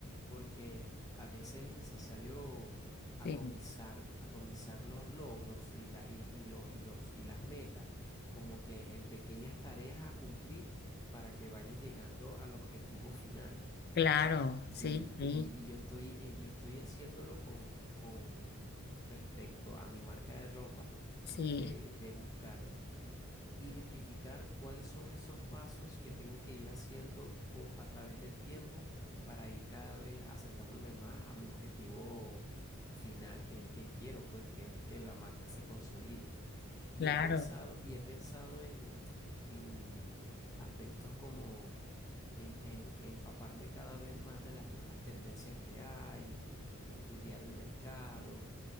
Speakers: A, on the left; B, on the left.
A: porque a veces es necesario atomizar,
B: Sí.
A: atomizar los logros y, la, y, y lo- y los, y las metas, como que en pequeñas tareas a cumplir para que vayas llegando al objetivo final.
B: Claro, sí,
A: Y,
B: sí.
A: y- y yo estoy, eh, yo estoy haciéndolo con, con respecto a mi marca de ropa,
B: Sí,
A: de, de buscar identificar cuáles son esos pasos que tengo que ir haciendo con, a través del tiempo para ir cada vez acercándome más a mi objetivo final, que es el que quiero, pues, que es el que la marca se consolide. Y
B: claro,
A: he pensado, y he pensado en, en aspectos como em- en- empaparme cada vez más de las nuevas tendencias que hay, estudiar el mercado